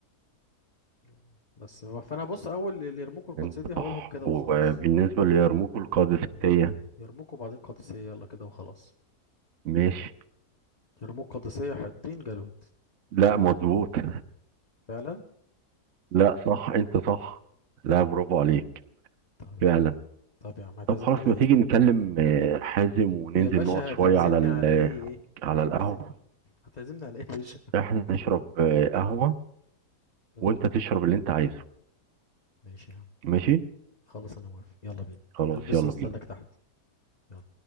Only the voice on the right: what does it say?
انت
صح
وبالنسبه
ليرموك والقادسيه
ماشي
لا مظبوط <laughs>
لا صح انت صح لا برافو عليك
فعلا
طب خلاص
ما
تيجي نكلم آه، حازم وننزل
نقعد شوية
على ال-
على القهوة
احنا نشرب آه، قهوة
وانت تشرب اللي انت عايزه
ماشي
خلاص
يلا
بينا